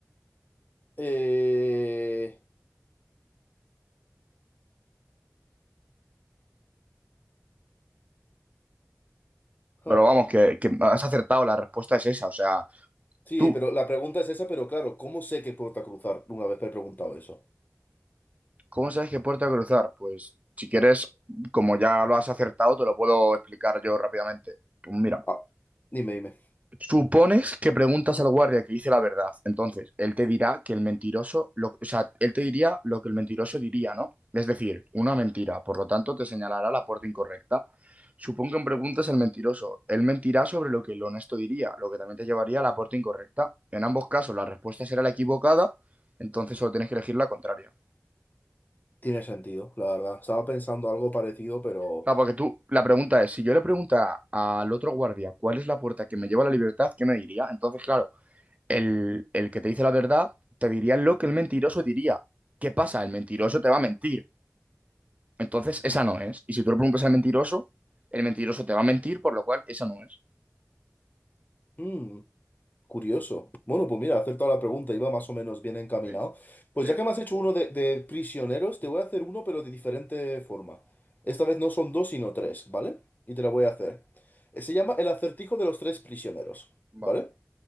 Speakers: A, on the left; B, on the right.
A: Eh, ja.
B: Pero vamos, que, que has acertado, la respuesta es esa. O sea,
A: Sí,
B: tú,
A: pero la pregunta es esa, pero claro, ¿cómo sé que puerta cruzar una vez que he preguntado eso?
B: ¿cómo sabes qué puerta cruzar? Pues si quieres, como ya lo has acertado, te lo puedo explicar yo rápidamente. Pues mira.
A: Ah, dime, dime.
B: Supones que preguntas al guardia que dice la verdad. Entonces, él te dirá que el mentiroso, lo- o sea, él te diría lo que el mentiroso diría, ¿no? Es decir, una mentira. Por lo tanto, te señalará la puerta incorrecta. Supón que preguntas al mentiroso. Él mentirá sobre lo que el honesto diría, lo que también te llevaría a la puerta incorrecta. En ambos casos, la respuesta será la equivocada, entonces solo tienes que elegir la contraria.
A: Tiene sentido, la verdad. Estaba pensando algo parecido, pero...
B: Claro, porque tú, la pregunta es, si yo le preguntara al otro guardia cuál es la puerta que me lleva a la libertad, ¿qué me diría? Entonces, claro. el, el que te dice la verdad te diría lo que el mentiroso diría. ¿Qué pasa? El mentiroso te va a mentir. Entonces, esa no es. Y si tú le preguntas al mentiroso, el mentiroso te va a mentir, por lo cual esa no es.
A: Mm, curioso. Bueno, pues mira, he acertado la pregunta, iba más o menos bien encaminado.
B: Sí,
A: Pues
B: sí,
A: ya que me has hecho uno de, de prisioneros, te voy a hacer uno, pero de diferente forma. Esta vez no son dos, sino tres, ¿vale? Y te la voy a hacer. Eh, Se llama El acertijo de los tres prisioneros,
B: vale.
A: ¿vale?